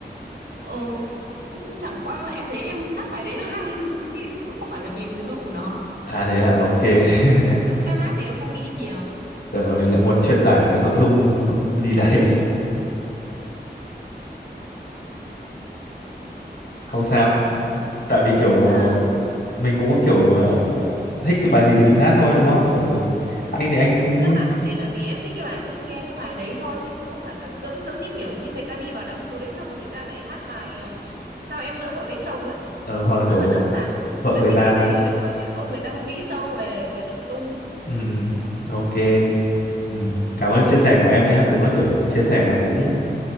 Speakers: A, on the right; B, on the left.
A: ừ, chẳng qua là em thấy em hát bài đấy nó hay <laughs> thôi chứ em cũng không phải là vì nội dung của nó
B: à thế à ok, <laughs>
A: lúc em hát thì em không nghĩ nhiều
B: tưởng là mình lại muốn truyền tải một cái nội dung gì đấy. <laughs> Không sao.
A: vâng
B: Tại vì kiểu
A: à
B: mình cũng kiểu mà thích cái bài gì thì mình hát thôi đúng không? Kiểu mình
A: vâng
B: anh thì anh cũng
A: cơ bản thì là vì em thích cái bài thích nghe cái bài đấy thôi chứ cũng không phải là giống giống như kiểu như người ta đi vào đám cưới xong người ta lại hát bài à, sao em nỡ vội lấy chồng ấy
B: ờ, hoặc là
A: tức
B: kiểu
A: là đơn giản là vì
B: vợ
A: người ta
B: người
A: thích
B: ta.
A: cái giai điệu đấy thôi chứ không người ta không nghĩ sâu về về nội dung
B: Ừ. Ok. Ừ. Cảm ơn chia sẻ của em nhé. Đúng là kiểu chia sẻ nó cũng